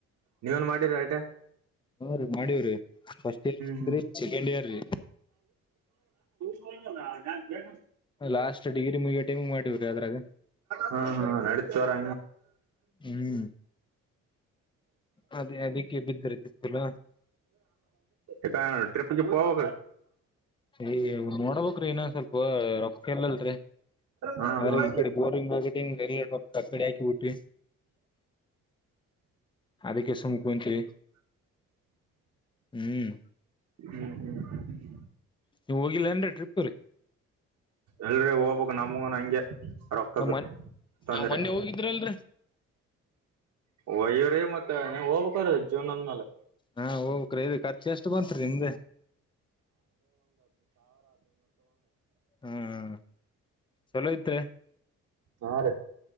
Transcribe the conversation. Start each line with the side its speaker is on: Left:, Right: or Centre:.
Right: ನೀವೇನ್ ಮಾಡಿರಿ ಐಟ
Left: ಹ್ಮ ರೀ ಮಾಡಿವವ್ರೀ ಫಸ್ಟ್ ಇರ್
Right: ಹ್ಮ್
Left: ರೀ ಸೆಕೆಂಡ್ ಇಯರ್ ರೀ
Right: ಹ ಬೇ
Left: ಲಾಸ್ಟ್ ಡಿಗ್ರಿ ಮುಗಿಯೋ ಟೈಮಿಗ್ ಮಾಡೀವ್ರಿ ಅದ್ರಾಗ
Right: ಹಾ ಹಾ ನಡತರಾ
Left: ಹ್ಮ್ ಅದೇ ಅದಕ್ಕೆ ಬಿದ್ರಿ ತಿಪ್ಪಲ
Right: ಈಾ ಟ್ರಿಪಿಗೆ ಪೋಗ
Left: ಏ ನೋಡಬೇಕ್ರೀ ಇನ ಸ್ವಲ್ಪ ರೊಕ್ಕ ಎಲ್ಲಲ್ರಿೀ
Right: ಹಾ
Left: ಅ್ರಾಗ
Right: ಹಾ
Left: ಈ ಕಡೆ ಬೋರಿಂಗ್ ಆಗಿ ಎ ಕ ಕಡೆ ಹಾಕಿಬಟ್ವಿ ಅದಕ್ಕೆ ಸುಮಕ ಕುಂತೀವಿ ಹ್ಮ್
Right: ಹ್ಮ್ ಹ್ಮ್
Left: ನೀವು ಹೋಗಿಲ್ಲ ಅನ್್ರರಿ ಟ್ರಿಪ್ ರೀ
Right: ಎಲ್ರ ಹೋಗ್ಬಕ್ ನಮಗನ ಹಂಗೆ ರೊಕ್ಕದ
Left: ಹ
Right: ತೊಂದರೆೆ
Left: ಮೊನ್ನೆ ಹೋಗಿದ್ರಲ್ರರಿ
Right: ವಯ ಮತ್ತ ಹೋಗ್ಬೇಕ ಜೀವನದಂದ ಮೇಲೆ
Left: ಹಾ ಹೋಗಕ್್ರೀೀ ಖರ್ಚು ಎಷ್ಟು ಬಂತ್ರಿ ನಿಮ್ದೆ ಹ್ಮ್ ಚಲೋ ತ್ೆ
Right: ಹಾ ರೀ